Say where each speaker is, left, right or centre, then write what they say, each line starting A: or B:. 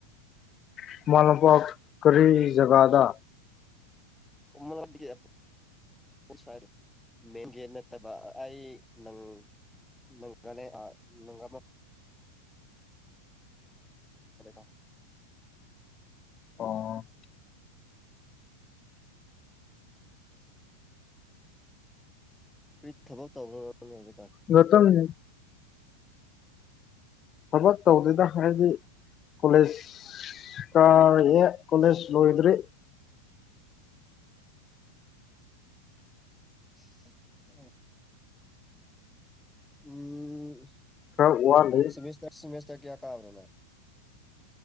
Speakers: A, on the left; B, in the centre.
A: ꯈꯨꯃꯂꯝꯄꯥꯛ ꯀꯔꯤ ꯖꯒꯥꯗꯥ꯫
B: <unintelligible> ꯃꯦꯟ ꯒꯦꯠ ꯅꯠꯇꯕ ꯑꯩ ꯅꯪ ꯅꯪꯒ ꯅꯦ ꯑ ꯅꯪ <unintelligible> <unintelligible>
A: ꯑꯣ
B: ꯀꯔꯤ ꯊꯕꯛ ꯇꯧꯕ꯭ꯔꯣ ꯅꯪ꯫ ꯍꯧꯖꯤꯛꯀꯥꯟ
A: ꯅꯇꯝꯅꯤ꯫ ꯊꯕꯛ ꯇꯧꯗꯦꯗ ꯍꯥꯏꯗꯤ ꯀꯣꯂꯦꯖ ꯀꯥꯔꯛꯑꯦ ꯀꯣꯂꯦꯖ ꯂꯣꯏꯗ꯭ꯔꯤ꯫
B: <unintelligible> ꯎꯝ
A: ꯈꯔ ꯋꯥꯠꯂꯩ꯫
B: ꯁꯤꯃꯤꯁꯇꯔ <unintelligible> ꯀꯌꯥ ꯀꯥꯕ꯭ꯔꯣ ꯅꯪ꯫